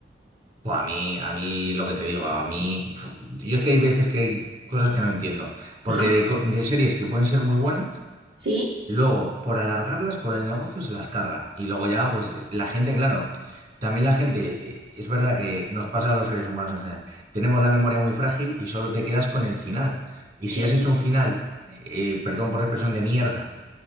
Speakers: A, on the right; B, on the right.
A: Pues a mí, a mí lo que te digo, a mí, yo es que hay veces que hay cosas que no entiendo, porque
B: Ajá.
A: de, co- de series que pueden ser muy buenas.
B: Sí,
A: Luego, por alargarlas, por el negocio, se las cargan. Y luego ya, pues la gente, claro, también la gente, eh, es verdad que nos pasa a los seres humanos en general, tenemos la memoria muy frágil y solo te quedas con el final. Y si
B: sí.
A: has hecho un final, eh, perdón por la expresión de mierda,